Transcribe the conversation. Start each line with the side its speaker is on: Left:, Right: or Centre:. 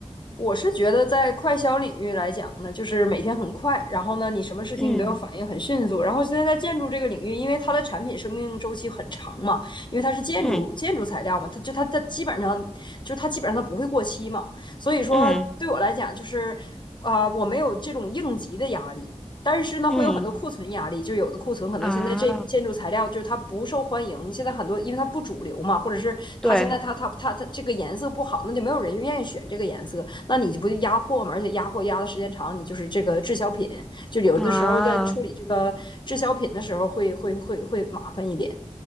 Left: 我是觉得在快消领域来讲呢，就是每天很快，然后呢，你什么事情你都要反应很迅速。
Centre: 嗯
Left: 然后现在在建筑这个领域，因为它的产品生命周期很长嘛，因为它是建筑建筑材料嘛，
Centre: 嗯
Left: 它就它它基本上就是它基本上它不会过期嘛，所以说对我来讲就是，
Centre: 嗯
Left: 啊、我没有这种应急的压力。但是呢，
Centre: 嗯
Left: 会有很多库存压力，就有的库存可能现在这建筑材料就是它不受欢迎，
Centre: 啊，
Left: 现在很多因为它不主流嘛，或者是它现在它它它它这个颜色不好，
Centre: 对
Left: 那就没有人愿意选这个颜色，那你不就压货嘛？而且压货压的时间长，你就是这个滞销品，就有的时候在处理这个滞销品的时候会会会会麻烦一点。
Centre: 啊，